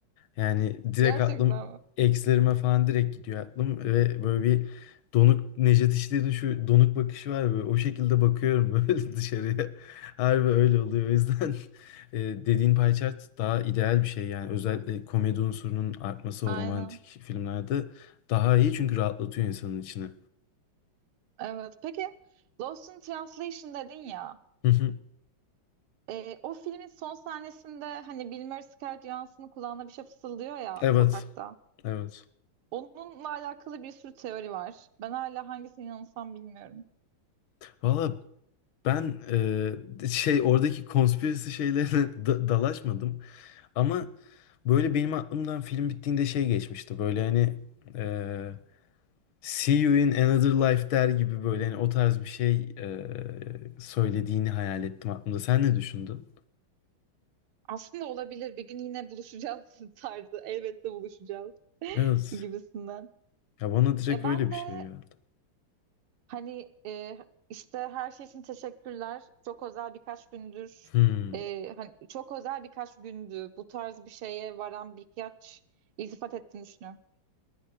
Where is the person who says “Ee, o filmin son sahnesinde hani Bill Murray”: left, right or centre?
Right